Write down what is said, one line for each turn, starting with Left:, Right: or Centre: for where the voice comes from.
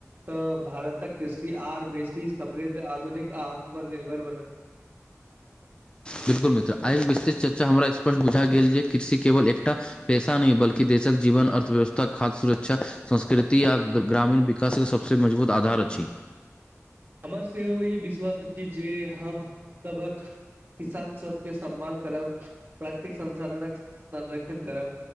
Right: तऽ भारतक कृषि आर बेसी समृद्ध, आधुनिक आ आत्मनिर्भर बनत।
Left: बिलकुल मित्र आइ विस्तृत चर्चा हमरा स्पष्ट बुझा गेल जे कृषि केवल एकटा पैसा नहि बल्कि देशक जीवन, अर्थव्यवस्था, खाद्य सुरक्षा संस्कृति आ ग्रामीण विकासक सभसँ मजबूत आधार अछि।
Right: हमर सेहो ई विश्वास अछि जे, हम सबक। किसान सबके सम्मान करब, प्रतेक संसाधनक संरक्षण करब।